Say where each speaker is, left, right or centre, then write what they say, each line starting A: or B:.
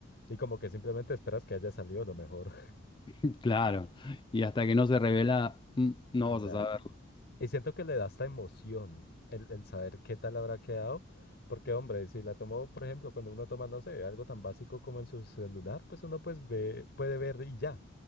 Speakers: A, on the left; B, on the left.
A: y como que simplemente esperas que haya salido lo mejor.
B: <laughs> Claro, y hasta que no se revela, mm,
A: <laughs>
B: no vas a saberlo.
A: Y siento que le da esta emoción el, el saber qué tal habrá quedado, porque hombre, si la tomo por ejemplo, cuando uno toma, no sé, algo tan básico como en su celular, pues uno pues ve, puede ver y ya.